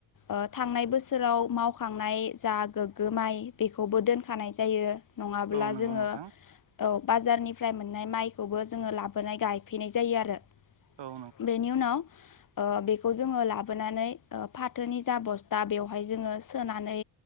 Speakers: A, on the left; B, on the right.
A: ओ थांनाय बोसोराव मावखांनाय जा गोग्गो माइ बेखौबो दोनखानाय जायो नङाब्ला
B: औ नंगौ
A: जोङो
B: नोंथां
A: औ बाजारनिफ्राय मोननाय माइखौबो जोङो लाबोनाय गायफैनाय जायो आरो।
B: औ
A: बेनि उनाव ओ बेखौ जोङो लाबोनानै ओ फाथोनि जा बस्था बेवहाय जोङो सोनानै